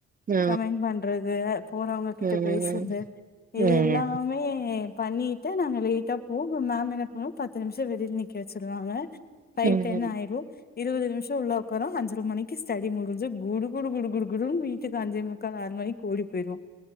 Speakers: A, on the right; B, on the left.
A: ஆ
B: கமெண்ட் பண்றது போறவங்க கிட்ட
A: ம்
B: பேசுறது
A: ம்
B: இது
A: ம்
B: எல்லாமே பண்ணிட்டு த்த நாங்க லேட்டா போவோ மேம் என்ன பண்ணுவோம் பத்து நிமிஷோ வெளியில நிக்க வச்சுரவாங்க ஃபைவ்
A: ம்
B: டென் ஆயிரும் இருபது நிமிஷோ உள்ள உக்காரோ அஞ்சர மணிக்கு ஸ்டடி முடிஞ்சு குடு குடு குடு குடு குடூன் வீட்டுக்கு அஞ்சே முக்கால் ஆறு மணிக்கு ஓடி போயிருவோ